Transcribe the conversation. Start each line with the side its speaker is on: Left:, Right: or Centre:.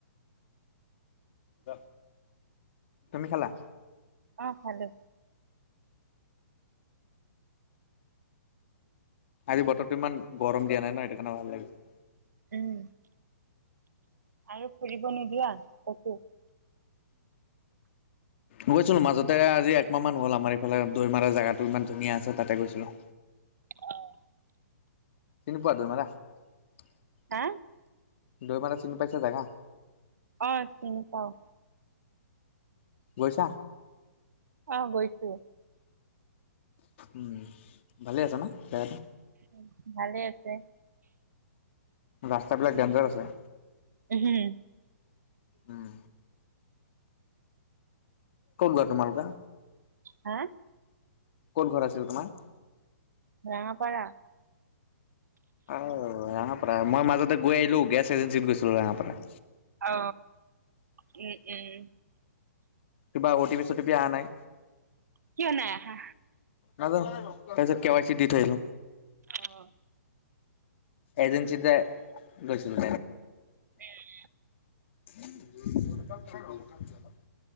Left: খোৱা, তুমি খেলা?
Right: অ খালো।
Left: আজি বতৰো ইমান গৰম দিয়া নাই ন সেইটো কাৰণে ভাল লাগিছে।
Right: উম, আৰু ফুৰিব নোযোৱা কতো।
Left: বুজিছিলো মাজতে আজি একমাহ মান হ'ল আমাৰ। এইফালে দৈমাৰৰ জেগাটো ইমান ধুনীয়া আছে তাতে গৈছিলোঁ।
Right: অহঁ,
Left: কেনেকুৱা দৈমাৰা? দৈমাৰা-দৈমাৰা
Right: হা
Left: চিনি পাইছা জাগা।
Right: অঁ, চিনি পাওঁ।
Left: গৈছা?
Right: অঁ, গৈছো।
Left: উম, ভালে আছে ন জেগাটো।
Right: উম, ভালে আছে।
Left: ৰাস্তাবিলাক ডেঞ্জাৰ আছে।
Right: হুম,
Left: উম, ক'ত গোৱা তোমালোকে?
Right: হা,
Left: ক'ত ঘৰ আছিল তোমাৰ?
Right: ৰঙাপাৰা।
Left: অ, ৰাঙাপাৰা মই মাজতে গৈ আহিলো গেছ এজেঞ্চিত গৈছিলো ৰঙাপাৰা।
Right: অ, উম-উম,
Left: কিবা অটিপি চটিপি অহা নাই?
Right: কিয় নাই আহা?
Left: নাজানো তাৰপিছত কেৱাই চি দি থৈ আহিলো।
Right: অঁ,
Left: এজেঞ্চিতে গৈছিলো।
Right: উ <unintelligible>
Left: কামাম <unintelligible>